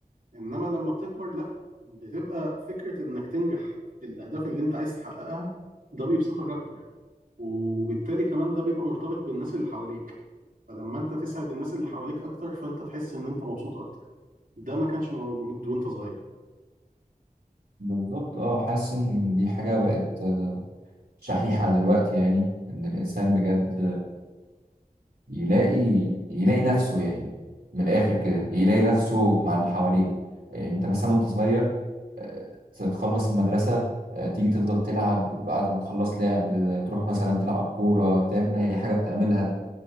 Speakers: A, on the right; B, on the right.
A: إنما لما بتكبر لأ بتبقى فكرة إنك تنجح في الأهداف اللي أنت عايز تحققها ده بيبسطك أكتر وبالتالي كمان ده بيبقى مرتبط بالناس اللي حواليك فلما انت تسعد الناس اللي حواليك اكتر فانت تحس ان انت مبسوط اكتر ده ما كانش موجود وانت صغير
B: بالظبط اه حاسس ان دي حاجة بقت آه، شحيحة دلوقتي يعني ان الانسان بجد يلاقي يلاقي نفسه يعني من الآخر كده يلاقي نفسه مع اللي حواليه آه، أنت مثلا وأنت صغير آه، تتخلص المدرسة آه، تيجي تفضل تلعب بعد ما تخلص لعب آه، تروح مثلا تلعب كورة تعمل أي حاجة بتعملها